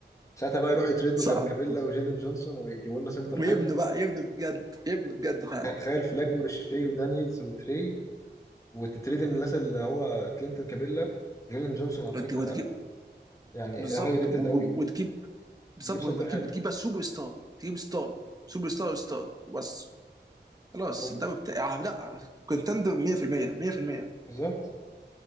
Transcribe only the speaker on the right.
<applause> صعب
ويبنوا
بقى يبنوا بجد يبنوا بجد فعلا
<applause>
وت-
وتجيب
بالظبط
و- و-
وتجيب بالظبط
وتجيب
وتجيب بس سوبر ستار تجيب ستار سوبر ستار ستار بس خلاص
الدوري بتاع آه، لا كونتندر 100% 100%